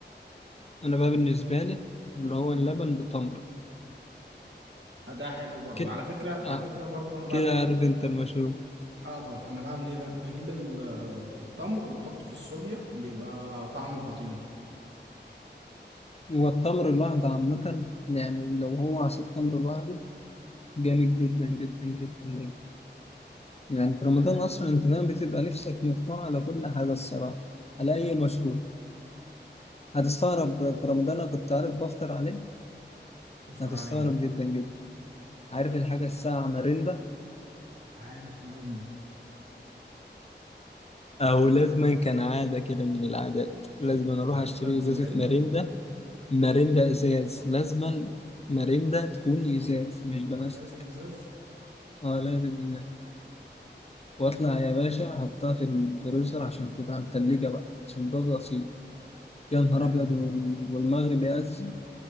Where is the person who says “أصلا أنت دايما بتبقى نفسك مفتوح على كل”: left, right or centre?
Left